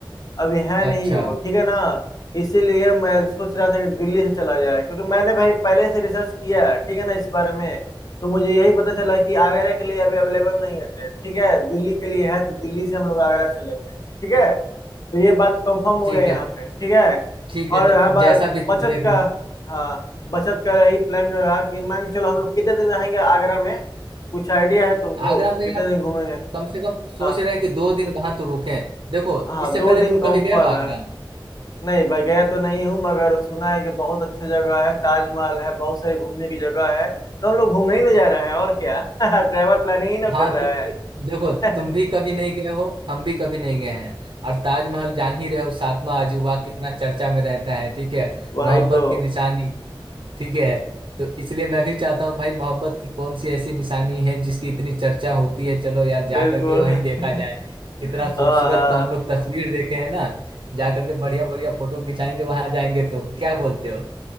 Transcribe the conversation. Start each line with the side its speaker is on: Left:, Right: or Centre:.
Left: अभी है नहीं
Right: अच्छा
Left: वो ठीक है ना इसीलिए मैं सोच रहा था कि दिल्ली से चला जाए क्योंकि मैंने भाई पहले से रिसर्च किया है, ठीक है ना इस बारे में तो मुझे यही पता चला कि आगरा के लिए अभी अवेलेबल नहीं है ट्रेन ठीक है दिल्ली के लिए है तो दिल्ली से हम लोग आगरा चलेंगे ठीक है तो ये बात कंफर्म हो
Right: ठीक
Left: गया यहाँ
Right: है
Left: पे ठीक है
Right: ठीक है
Left: और
Right: तो
Left: हर बार
Right: जैसा भी
Left: बचत
Right: तुम देख
Left: का
Right: लो
Left: हाँ बचत का यही प्लान रहा कि मान के चलो हम लोग कितने दिन रहेंगे आगरा में कुछ आइडिया है तुमको
Right: आगरा
Left: कितने
Right: में यार
Left: दिन घूमेंगे
Right: कम से कम सोच
Left: हाँ
Right: रहे हैं कि दो दिन वहां तो रुके देखो
Left: हाँ
Right: इससे
Left: दो
Right: पहले
Left: दिन
Right: तुम
Left: कंफर्म
Right: कभी गए हो आगरा
Left: है नहीं भाई गया तो नहीं हूँ मगर सुना है कि बहुत अच्छी जगह है ताजमहल है बहुत सारी घूमने की जगह है तो हम लोग घूमने ही ना जा रहे हैं और क्या <laughs> ट्रैवल प्लानिंग ही ना
Right: हाँ
Left: कर रहे
Right: तो ए- देखो
Left: हैं
Right: तुम भी कभी नहीं गए हो हम भी कभी नहीं गए हैं और ताजमहल जान ही रहे हो सातवां अजूबा कितना चर्चा में रहता है ठीक है
Left: <laughs> वही
Right: मोहब्बत
Left: तो
Right: की निशानी ठीक है तो इसलिए मैं भी चाहता हूँ भाई मोहब्बत की कौन सी ऐसी निशानी है जिसकी इतनी चर्चा होती है चलो यार जा
Left: बिल्कुल
Right: करके वहीं देखा
Left: <laughs>
Right: जाए कितना
Left: हाँ
Right: खूबसूरत
Left: हाँ
Right: तो हम लोग तस्वीर देखे हैं ना जा करके बढ़िया बढ़िया फोटो खिंचाएंगे वहां जाएंगे तो क्या बोलते हो